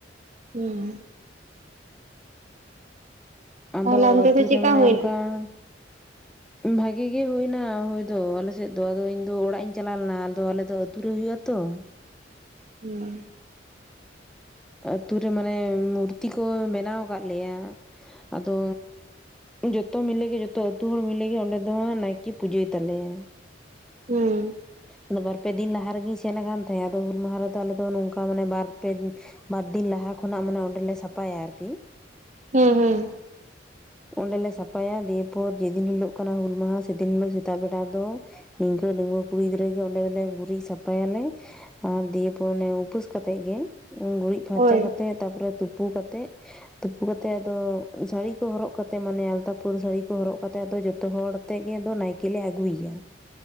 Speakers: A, on the right (about 40°); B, in the centre.
A: ᱦᱮᱸ
B: ᱟᱫᱚ
A: ᱛᱟᱦᱚᱞᱮ ᱚᱱᱛᱮ
B: ᱟᱹᱛᱩ
A: ᱫᱚ ᱪᱮᱫᱠᱟ
B: ᱨᱮ ᱢᱟᱱᱮ
A: ᱦᱩᱭᱱᱟ
B: ᱚᱱᱠᱟᱱ ᱵᱷᱟᱜᱤ ᱜᱮ ᱦᱩᱭᱮᱱᱟ ᱦᱩᱭ ᱫᱚ ᱟᱞᱮᱥᱮᱫ ᱫᱚ ᱟᱫᱚ ᱤᱧ ᱫᱚ ᱚᱲᱟᱜ ᱤᱧ ᱪᱟᱞᱟᱣ ᱞᱮᱱᱟ ᱟᱫᱚ ᱟᱞᱮ ᱫᱚ ᱟᱛᱩᱨᱮ ᱦᱩᱭᱩᱜ-ᱟ ᱛᱚ᱾ <inaudible>
A: ᱦᱮᱸ
B: ᱟᱹᱛᱩ ᱨᱮ ᱢᱟᱱᱮ ᱢᱩᱨᱛᱤ ᱠᱚ ᱵᱮᱱᱟᱣ ᱠᱫ ᱞᱮᱭᱟ ᱟᱫᱚ ᱡᱚᱛᱚ ᱢᱤᱞᱮᱜᱮ ᱡᱚᱛᱚ ᱟᱹᱛᱩ ᱦᱚᱲ ᱢᱤᱞᱮᱜᱮ ᱚᱸᱰᱮ ᱫᱚ ᱱᱟᱭᱠᱮ ᱯᱩᱡᱟᱹᱭ ᱛᱟᱞᱮᱭᱟᱭ
A: ᱦᱮᱸ
B: ᱟᱫᱚ ᱵᱟᱨ ᱯᱮ ᱫᱤᱱ ᱞᱟᱦᱟ ᱨᱮᱜᱮᱧ ᱥᱮᱱᱟᱠᱟᱱ ᱛᱟᱸᱦᱮᱫ ᱟᱫᱚ ᱦᱩᱞ ᱢᱟᱦᱟ ᱨᱮᱫᱚ ᱟᱞᱮ ᱫᱚ ᱱᱚᱝᱠᱟ ᱢᱟᱱᱮ ᱵᱟᱨ ᱫᱤᱱ ᱞᱟᱦᱟ ᱡᱟᱦᱟᱸ ᱠᱷᱚᱱᱟᱜ ᱢᱟᱱᱮ ᱚᱸᱰᱮᱞᱮ ᱥᱟᱯᱷᱟᱭᱟ ᱟᱨᱠᱤ
A: ᱦᱮᱸ ᱦᱮᱸ
B: ᱚᱸᱰᱮᱞᱮ ᱥᱟᱯᱷᱟᱭᱟ ᱫᱤᱭᱮ ᱯᱚᱨ ᱡᱮᱫᱤᱱ ᱦᱤᱞᱳᱜ ᱠᱟᱱᱟ ᱦᱩᱞ ᱢᱟᱦᱟ ᱥᱮᱫᱤᱱ ᱦᱤᱞᱳᱜ ᱥᱮᱛᱟᱜ ᱵᱮᱲᱟ ᱫᱚ ᱤᱱᱠᱟ ᱰᱟᱺᱜᱩᱣ ᱠᱩᱲᱤ ᱜᱤᱫᱽᱨᱟᱹᱜ ᱜᱮ ᱚᱸᱰᱮ ᱫᱚᱞᱮ ᱜᱩᱨᱤᱡ ᱥᱟᱯᱷᱟᱭ ᱟᱞᱮ ᱟᱨ ᱫᱤᱭᱮ ᱯᱚᱨ ᱚᱱᱮ ᱩᱯᱟᱹᱥ ᱠᱟᱛᱮᱫ ᱜᱮ ᱩᱱ ᱜᱩᱨᱤᱡᱽ ᱯᱷᱟᱨᱪᱟ
A: ᱦᱳᱭ
B: ᱠᱟᱛᱮᱜ ᱛᱟᱯᱚᱨᱮ ᱛᱩᱯᱩ ᱛᱩᱯᱩ ᱠᱟᱛᱮᱜ ᱛᱩᱯᱩ ᱠᱟᱛᱮᱜ ᱟᱫᱚ ᱥᱟᱹᱲᱤ ᱠᱚ ᱦᱚᱨᱚᱜ ᱠᱟᱛᱮᱜ ᱢᱟᱱᱮ ᱟᱞᱛᱟ ᱯᱟᱹᱲ ᱥᱟᱹᱲᱤ ᱠᱚ ᱦᱚᱨᱚᱜ ᱠᱟᱛᱮᱜ ᱡᱚᱛᱚ ᱦᱚᱲ ᱛᱮᱜᱮ ᱱᱟᱭᱠᱮᱞ ᱞᱮ ᱟᱹᱜᱩᱭᱮᱭᱟ